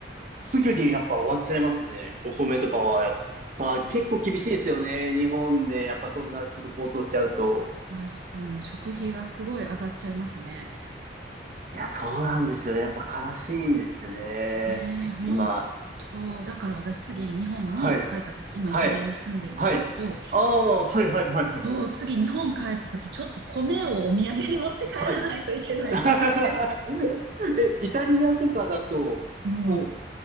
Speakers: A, on the right; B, on the right.
A: すぐにやっぱ終わっちゃいますね。お米とかは、やっぱ結構厳しいですよね。
B: うん
A: 日本で、やっぱそんなちょっと高騰しちゃうと。
B: 確かに食費がすごい上がっちゃいますね。
A: いや、そうなんですよ。やっぱ悲しいですね。
B: ねえ、本当。
A: 今。
B: だから私次日本に帰った時、
A: はい。
B: 今イタリアに住んでるんですけど、
A: はい。はい。ああ、はい、はい、はい、はい。
B: そう、次日本帰った時、ちょっと米をお土産に持って帰らないといけないかなって。
A: はい。<laughs> え、イタリアとかだと、
B: うん。
A: こ